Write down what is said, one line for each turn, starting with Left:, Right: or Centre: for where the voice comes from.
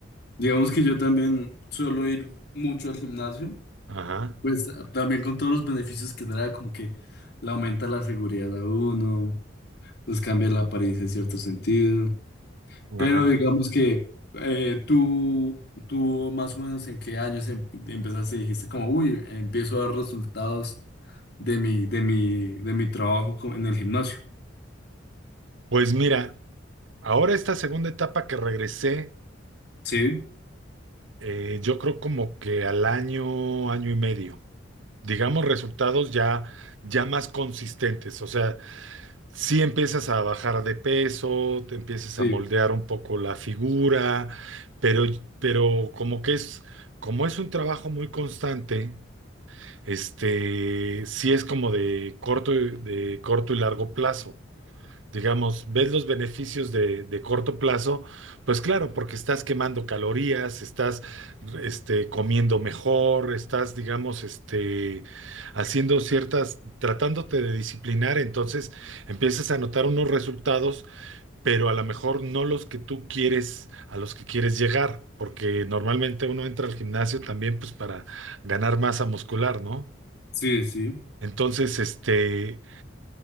Left: Digamos que yo también suelo ir mucho al gimnasio.
Right: Ajá,
Left: Pues también con todos los beneficios que trae, como que le aumenta la seguridad a uno, pues cambia la apariencia en cierto sentido. Pero
Right: ajá.
Left: digamos que eh, tú, tú más o menos en qué años em- empezaste y dijiste como, uy, empiezo a dar resultados de mi, de mi, de mi trabajo co- en el gimnasio.
Right: Pues mira, ahora esta segunda etapa que regresé
Left: Sí,
Right: Eh, yo creo como que al año, año y medio. Digamos resultados ya, ya más consistentes. O sea, si empiezas a bajar de peso, te empiezas
Left: sí,
Right: a moldear un poco la figura, pero, pero como que es, como es un trabajo muy constante, este, sí es como de corto, y- de corto y largo plazo digamos, ves los beneficios de, de corto plazo, pues claro, porque estás quemando calorías, estás este, comiendo mejor, estás, digamos, este, haciendo ciertas, tratándote de disciplinar, entonces empiezas a notar unos resultados, pero a lo mejor no los que tú quieres, a los que quieres llegar, porque normalmente uno entra al gimnasio también pues para ganar masa muscular, ¿no?
Left: sí, sí.
Right: Entonces, este,